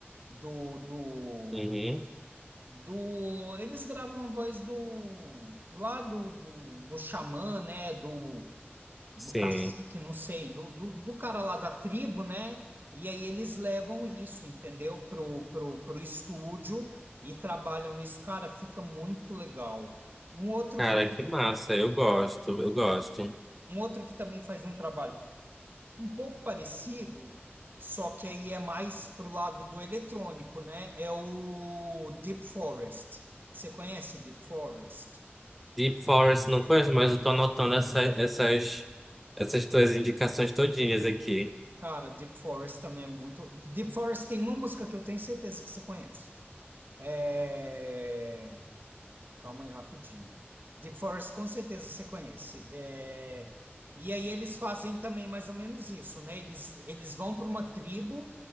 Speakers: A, on the right; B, in the centre.
A: do, do,
B: uhum,
A: do, eles gravam a voz do, lá do, do, do xamã, né, do
B: sim.
A: do cacique, não sei, do, do, do cara lá da tribo, né? E aí eles levam isso, entendeu? Pro, pro, pro estúdio e trabalham nisso. Cara, fica muito legal. Um outro
B: Cara,
A: que,
B: que massa, eu gosto, eu gosto.
A: um outro que também faz um trabalho um pouco parecido, só que aí é mais pro lado do eletrônico, né? É o Deep Forest. Você conhece Deep Forest?
B: Deep Forest não conheço, mas eu tô anotando essa- essas, essas tuas indicações todinhas aqui.
A: Cara, Deep Forest também é muito. Deep Forest tem uma música que eu tenho certeza que você conhece. É... Calma aí, rapidinho. The Forest, com certeza você conhece. É, E aí eles fazem também mais ou menos isso, né? Eles, eles vão para uma tribo